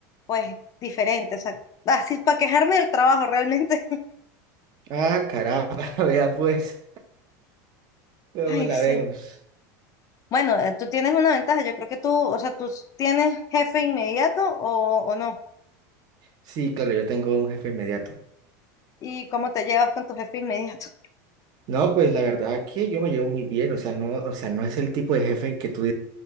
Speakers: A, on the left; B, on the right.
A: pues, diferente, o sea, así para quejarme del trabajo realmente. <laughs>
B: Ah, caramba, <laughs> vea pues, luego
A: Ay,
B: la
A: sí.
B: vemos.
A: Bueno, eh, tú tienes una ventaja, yo creo que tú, o sea, tú tienes jefe inmediato o, o no.
B: Sí, claro, yo tengo un jefe inmediato.
A: ¿Y cómo te llevas con tu jefe inmediato? <laughs>
B: No, pues la verdad que yo me llevo muy bien, o sea, no, o sea, no es el tipo de jefe que tú